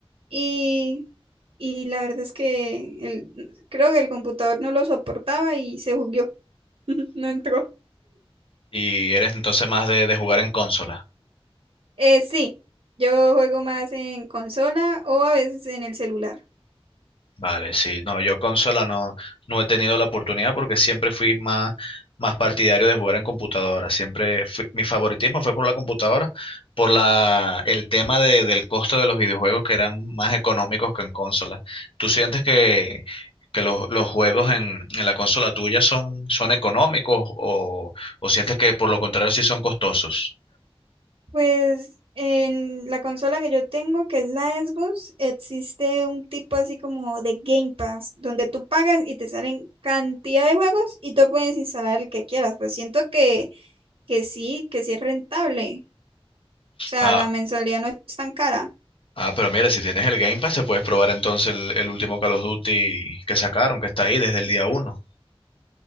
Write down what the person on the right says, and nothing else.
Y, y la verdad es que el, creo que el computador no lo soportaba y se bugueó. <laughs> No entró.
Eh, sí, yo juego más en consola o a veces en el celular.
Pues en la consola que yo tengo, que es la Xbox, existe un tipo así como de Game Pass, donde tú pagas y te salen cantidad de juegos y tú puedes instalar el que quieras. Pues siento que, que sí, que sí es rentable. O sea,
la mensualidad no es tan cara.